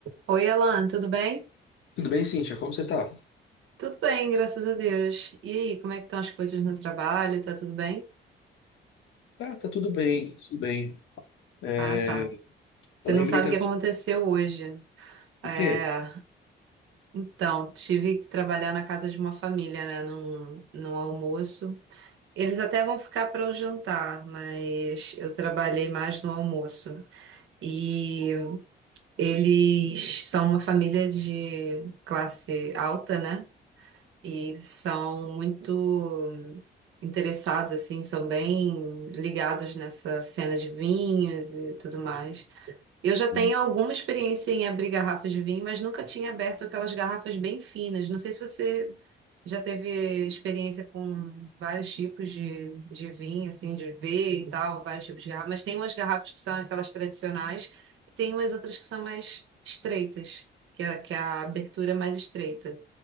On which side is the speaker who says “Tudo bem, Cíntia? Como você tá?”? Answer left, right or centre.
Left